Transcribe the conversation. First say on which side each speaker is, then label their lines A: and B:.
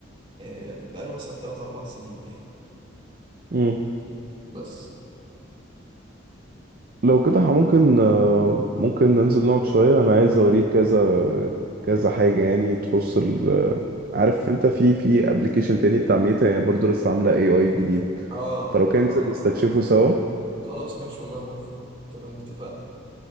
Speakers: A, on the right; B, on the right.
A: آه، بقاله مثلا 3 4 سنين يعني
B: مم.
A: بس
B: لو كده ح- ممكن آه، ممكن ننزل نقعد شوية أنا عايز أوريك كذا كذا حاجة يعني تخص ال آه، عارف أنت في في أبلكيشن تاني بتاع ميتا هي برضه لسه عاملة اي اي جديد
A: آه آه,
B: فلو كان
A: آه,
B: ننزل
A: آه, اه
B: نستكشفه
A: آه.
B: سوا
A: خلاص ماشي والله موافق تمام اتفقنا